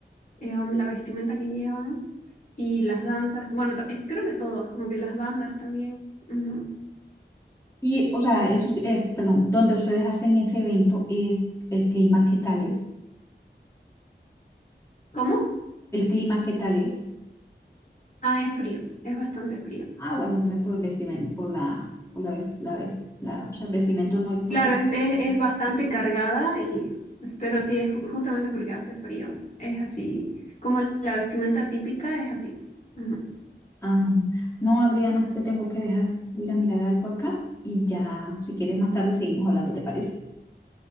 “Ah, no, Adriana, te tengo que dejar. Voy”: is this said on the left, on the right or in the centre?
Left